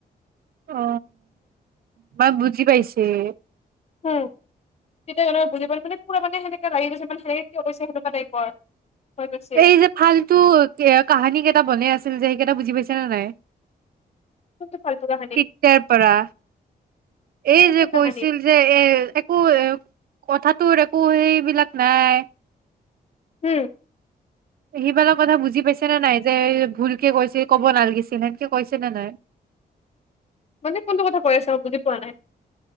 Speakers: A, on the right (about 65°); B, on the left (about 40°).
A: অ মই বুজি পাইছো এ
B: হু তেতিয়া মানে বুজি পোৱা মানে সেনেকে লাগি গৈছে মানেনেে কৈছে সনেকুৱা কিয় কৈছে হেনেকোৱা টাইপৰ হৈ গৈছে
A: এই যে ফাল্তু কাহানী কেইটা বনাই আছিল যে কেইটা বুজি পাইছে নে নাই
B: কোনটো ফাল্টু কাহানি
A: তেতিয়াৰ পৰা এই
B: কোনটো
A: যে
B: কাহানি
A: কৈছিল যে এ একো এ কথা তোৰ একো সেইবলাক নাই
B: হম
A: শিকিবা লাগিব কথা বুজি পাইছে নে নাই যে ভুলকে কৈছে ক'ব নালাগিছিল এনকে কৈছে নে নাই
B: মানে কোনটো কথা কৈ আছা বুজি পোৱা নাই